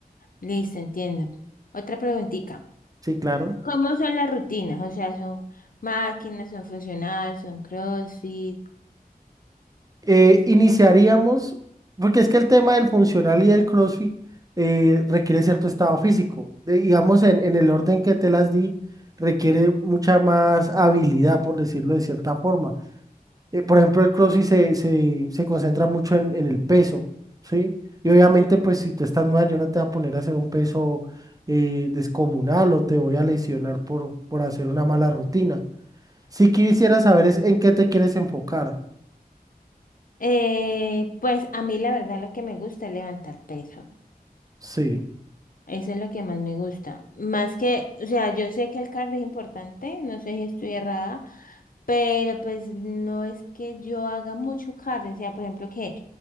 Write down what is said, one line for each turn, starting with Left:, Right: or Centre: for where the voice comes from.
Left: listo, entiendo. Otra preguntita.
Right: Sí, claro.
Left: ¿Cómo son las rutinas? O sea, ¿son máquinas, son funcionales, son CrossFit?
Right: Eh, iniciaríamos, porque es que el tema del funcional y del CrossFit eh, requiere cierto estado físico. De- digamos, en, en el orden que te las di, requiere mucha más habilidad, por decirlo de cierta forma. eh, por ejemplo, el CrossFit se, se, se concentra mucho en, en el peso, ¿sí? Y obviamente, pues si tú estás mal, yo no te voy a poner a hacer un peso eh, descomunal o te voy a lesionar por, por hacer una mala rutina. Si quisiera saber es en qué te quieres enfocar.
Left: Eh, pues a mí la verdad lo que me gusta es levantar peso.
Right: Sí,
Left: Eso es lo que más me gusta. Más que, o sea, yo sé que el cardio es importante, no sé si estoy errada, pero pues no es que yo haga mucho cardio. O sea, por ejemplo, que,